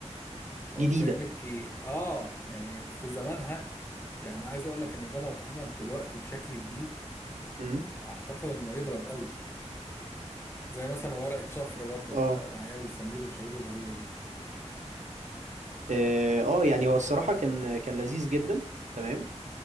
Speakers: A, on the left (about 20°); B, on the right (about 85°).
A: هو
B: جديدة
A: ازاي مكي اه يعني في زمانها يعني عايز اقول لك ان ده لو اتعمل دلوقتي بشكل جديد
B: مم.
A: اعتقد انه يضرب قوي زي مثلا ورقة شفرة برضو
B: اه
A: بتاع العيال سمير وشهير وبهير دي.
B: اه آه، يعني هو الصراحة كان كان لذيذ جدا تمام